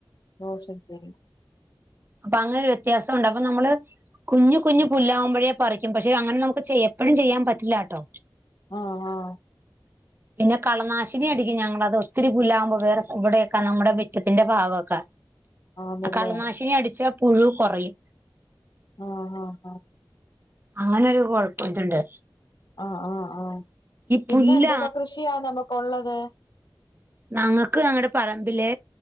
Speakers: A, on the left; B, on the right.
A: ദോശ ഉപ്പേരി
B: അപ്പങ്ങനൊരു വ്യത്യാസ ഉണ്ട് അപ്പ നമ്മള് കുഞ്ഞു കുഞ്ഞു പുല്ലാവുമ്പോഴേ പറിക്കും പക്ഷെ അങ്ങനെ നമുക്ക് ചെയ്യ എപ്പഴും ചെയ്യാൻ പറ്റില്ലാട്ടോ
A: ആഹ് ആഹ്
B: <unintelligible> പിന്നെ കളനാശിനി അടിക്കും ഞങ്ങളത് ഒത്തിരി പുല്ലാവുമ്പോ വേറെ വടെയൊക്കെ നമ്മുടെ മിറ്റത്തിന്റെ ഭാഗമൊക്കെ
A: ആന്നല്ലേ
B: കളനാശിനി അടിച്ച പുഴു കൊറയും
A: ആഹ് ആഹ് ആ
B: അങ്ങനൊരു കൊഴപ്പം ത്ണ്ട്
A: ആഹ് ആഹ് ആ പിന്നെ
B: പുല്ല
A: ന്തൊക്കെ കൃഷിയാ നമുക്കുള്ളത്
B: നങ്ങക്ക് ഞങ്ങുടെ പറമ്പില്